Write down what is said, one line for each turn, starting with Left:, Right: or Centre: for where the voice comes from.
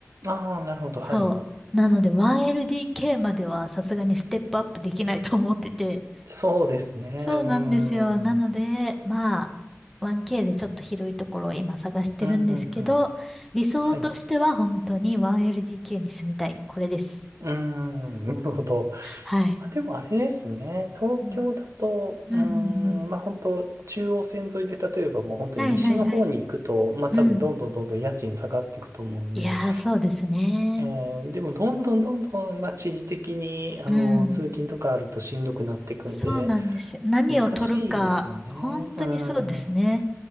Right: ああ、なるほど。はい。
Centre: そう。なので 1LDK まではさすがにステップアップできないと思ってて。
Right: そうですね。うーん。
Centre: そうなんですよ。なので、まあ、1K でちょっと広いところを今探してるんですけど、
Right: うん、うん、うん。
Centre: 理想としては本当に
Right: はい。う
Centre: 1LDK に住みたい。これです。
Right: ーん、なるほど。
Centre: はい。
Right: まあでもあれですね。東京だと、
Centre: うん
Right: うーん、
Centre: うんうんうん。
Right: まあ本当中央線沿いで、例えばもう本当に西の方に行くと、
Centre: はいはいはい。
Right: まあ多分どんどんどんどん家賃下がっていくと思うんで、
Centre: うん。いやー、そうですね。
Right: えーでも、どんどんどんどん、まあ、地理的に、あの、
Centre: うん。
Right: 通勤とかあるとしんどくなっていくんで、
Centre: そうなんですよ。何を取るか、
Right: 難しいですよね。
Centre: 本当にそうですね。
Right: うん。う